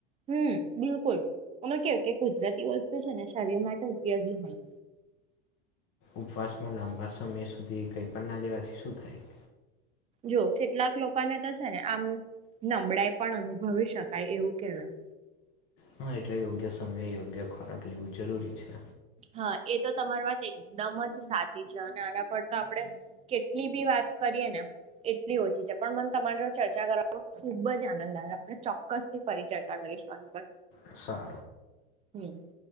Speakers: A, on the right; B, on the left.
A: હમ, બિલકુલ એને કેવુ કે કુદરતી વસ્તુ છે ને શરીર માટે ઉપયોગી હોય.
B: ઉપવાસમાં લાંબા સમય સુધી કંઈ પણ ના લેવાથી શું થાય?
A: જો કેટલાક લોકોને તો છે ને આમ નબળાઈ પણ અનુભવી શકાય એવું કેવાય.
B: હન, એટલે યોગ્ય સમયે યોગ્ય ખોરાક લેવું જરૂરી છે.
A: હા એ તો તમારી વાત એકદમ જ સાચી છે અને આના પર તો આપણેે. કેટલી બી વાત કરીએ ને. એટલી ઓછી છે પણ મન તમાર જો ચર્ચા કરવાનો ખુબ જ આનંદ આવે આપડે ચો કસથી ફરી ચર્ચા કરીશું આન પર.
B: સા
A: નુ <unintelligible>